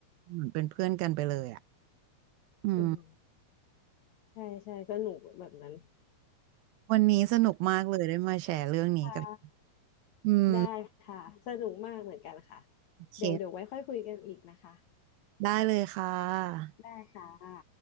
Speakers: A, on the right; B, on the left.
A: เหมือนเป็นเพื่อนกันไปเลยอ่ะอืม
B: อืม ใช่ใช่สนุกแบบนั้น
A: วันนี้สนุกมากเลยได้มาแชร์เรื่องนี้กัน
B: <laughs> ค่ะ
A: อืม
B: ได้ค่ะสนุกมากเหมือนกันค่ะ
A: โอเค
B: เดี๋ยวเดี๋ยวไว้ค่อยคุยกันอีกนะคะ
A: ได้เลยค่ะ
B: ได้ค่ะค่ะ